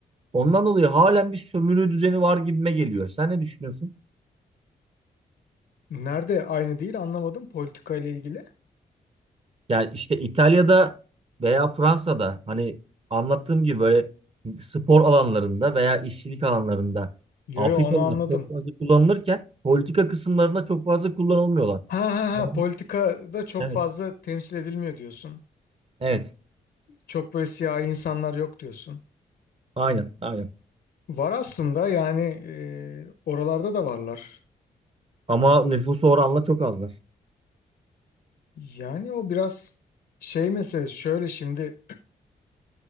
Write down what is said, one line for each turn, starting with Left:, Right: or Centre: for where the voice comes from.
Right: Ondan dolayı halen bir sömürü düzeni var gibime geliyor. Sen ne düşünüyorsun?
Left: Nerede? Aynı değil anlamadım politika ile ilgili.
Right: Yani işte İtalya'da veya Fransa'da hani anlattığım gibi böyle spor alanlarında veya işçilik alanlarında
Left: Yo
Right: Afrikalılar
Left: yo onu anladım.
Right: çok fazla kullanılırken politika kısımlarında çok fazla kullanılmıyorlar.
Left: Ha ha
Right: Ben-
Left: ha politikada çok
Right: Evet.
Left: fazla temsil edilmiyor diyorsun.
Right: Evet.
Left: Çok böyle siyahi insanlar yok diyorsun.
Right: Aynen. Aynen.
Left: Var aslında yani e, oralarda da varlar.
Right: Ama nüfusu oranla çok azlar.
Left: Yani o biraz şey mesela şöyle şimdi